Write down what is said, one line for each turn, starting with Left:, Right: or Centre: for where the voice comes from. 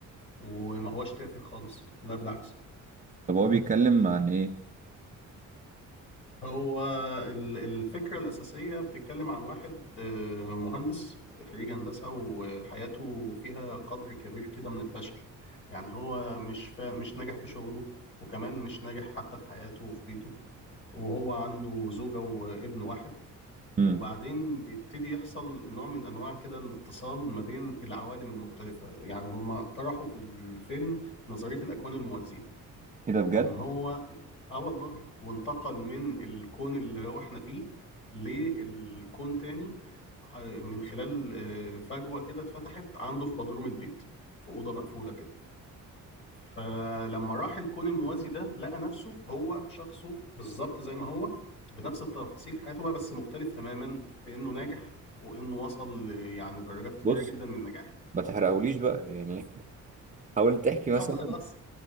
Left: وما هوش تافه خالص لا بالعكس
Right: طب هو بيتكلم عن ايه
Left: هو ال- الفكرة الأساسية بتتكلم عن واحد آه، مهندس خريج هندسة وحياته فيها قدر كبير كده من الفشل يعني هو مش فا... مش ناجح في شغله وكمان مش ناجح حتى في حياته وفي بيته وهو عنده زوجة وابن واحد
Right: امم
Left: وبعدين بيبتدي يحصل نوع من أنواع كده الاتصال ما بين العوالم المختلفة يعني هما طرحوا في الفيلم نظرية الأكوان الموازية
Right: ايه ده بجد
Left: وإن هو اه والله وانتقل من الكون اللي هو احنا فيه للكون تاني آه، من خلال آه، فجوة كده اتفتحت عنده في بدروم البيت في أوضة مقفولة كده فلما راح الكون الموازي ده لقى نفسه هو شخصه بالظبط زي ما هو بنفس التفاصيل حياته بقى بس مختلف تماما في إنه ناجح وإنه وصل ل- يعني درجات كبيرة
Right: بص
Left: جدا من النجاح
Right: ما تحرقهوليش بقى يعني <laughs> حاول تحكي
Left: <laughs>
Right: مثلا
Left: طب خلاص